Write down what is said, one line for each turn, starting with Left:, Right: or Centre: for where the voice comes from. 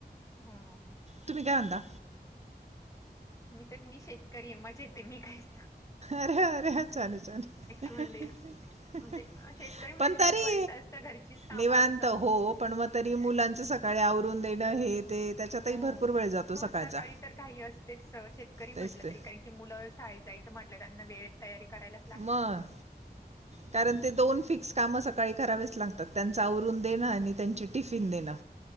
Left: हा.
Right: तुम्ही काय म्हनता?
Left: मी तर मी शेतकरी आहे मजा येते मी काहीच
Right: अरे अरे चालेल चाले
Left: मध्ये म्हणजे शेतकरी म्हटलं
Right: पण तरी
Left: की निवांत असतं घरचीच कामं
Right: निवांत
Left: असतं मग
Right: हो पण मग तरी मुलांच सकाळी आवरून देणं हे ते त्याच्यातही
Left: हो
Right: भरपूर वेळ जातो
Left: हो
Right: सकाळचा
Left: सकाळी तर काही असतेच शेतकरी म्हंटलं
Right: तेच ते
Left: तरी काही की मुलं शाळेत जायचं म्हटलं त्यांना वेळ तयारी करायला.
Right: मग.
Left: <inaudible>
Right: कारण ते दोन फिक्स काम सकाळी करावेच लागतात त्यांच आवरून देणं आणि त्यांची टिफिन देणं.